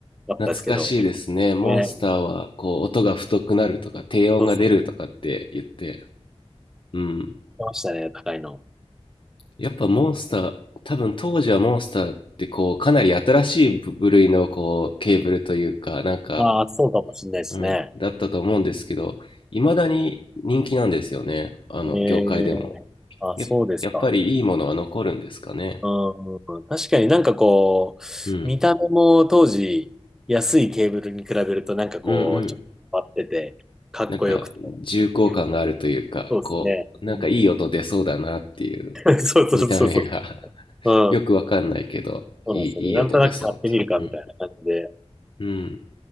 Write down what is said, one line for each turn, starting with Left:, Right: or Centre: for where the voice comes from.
Centre: ったですけど。
Left: 懐かしいですね。モンスターは、
Centre: ね、
Left: こう、音が太くなるとか、低音が出るとかって言って。
Centre: そうそう。
Left: うん。
Centre: 来ましたね、高いの。
Left: やっぱモンスター、多分当時はモンスターって、こう、かなり新しい部類の、こう、ケーブルというか、なんか、
Centre: ああ、そうかもしれないですね。
Left: うん、だったと思うんですけど、いまだに人気なんですよね。あの、
Centre: ええ
Left: 業界でも。
Centre: あ、
Left: や、
Centre: そうですか。
Left: やっぱりいいものは残るんですかね。
Centre: うんうん確かになんかこう、
Left: うん。
Centre: 見た目も当時、安いケーブルに比べるとなんかこう、
Left: うんうん。
Centre: ちょっと変わってて、かっこよくて。
Left: なんか、重厚感があるというか、
Centre: うん、そうですね。
Left: こう、なんかいい音出そうだなっていう、
Centre: うん、<laughs> そうそうそうそ
Left: 見た目が <laughs>
Centre: う。
Left: よくわかんないけど、
Centre: うん、
Left: いい、
Centre: そうなんですよね。
Left: いい音出そうっていう。
Centre: なんとなく買ってみるかみたいな感じで。
Left: うん。うん。